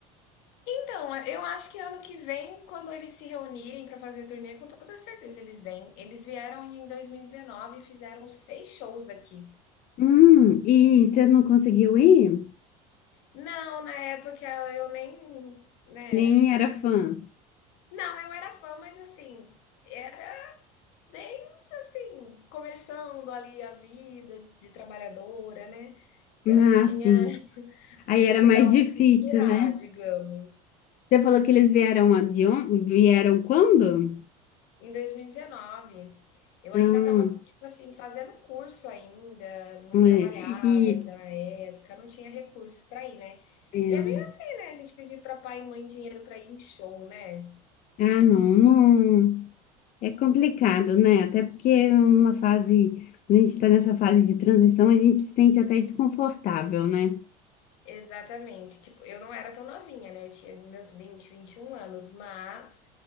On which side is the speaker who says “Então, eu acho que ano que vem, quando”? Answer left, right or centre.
Left